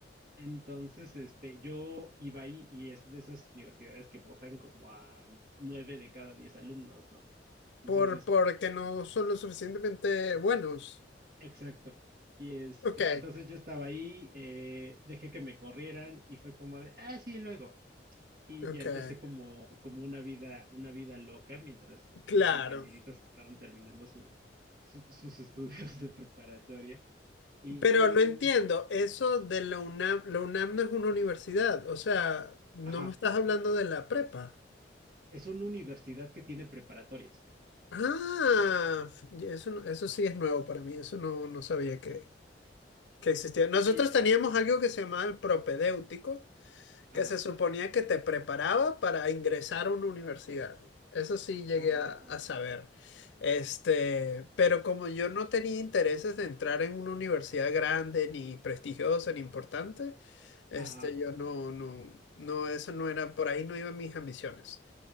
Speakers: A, on the right; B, on the left.
A: Entonces, este, yo iba ahí y es de esas universidades que votan como a nueve de cada diez alumnos, ¿no? Entonces,
B: Por, porque no son lo suficientemente buenos.
A: exacto. Y este,
B: Ok,
A: entonces yo estaba ahí, eh, dejé que me corrieran y fue como de, ah, sí, luego. Y
B: ok.
A: ya empecé como, como una vida, una vida loca mientras
B: Claro.
A: mis compañeritos estaban terminando su, su- sus <laughs> estudios de preparatoria. Y,
B: Pero no entiendo,
A: y,
B: eso de la UNAM. La UNAM no es una universidad. O sea, no
A: ajá,
B: me estás hablando de la prepa.
A: es una universidad que tiene preparatorias.
B: Ah, ya eso, no- eso sí es nuevo para mí, eso no, no sabía que, que existía. Nosotros
A: Ah, ya,
B: teníamos algo que se llamaba el propedéutico,
A: ajá.
B: que se suponía que te preparaba para ingresar a una universidad. Eso sí llegué
A: Oh,
B: a, a saber. Este, pero como yo no tenía intereses de entrar en una universidad grande, ni prestigiosa, ni importante, este,
A: ajá.
B: yo no, no, no, eso no era, por ahí no iban mis ambiciones.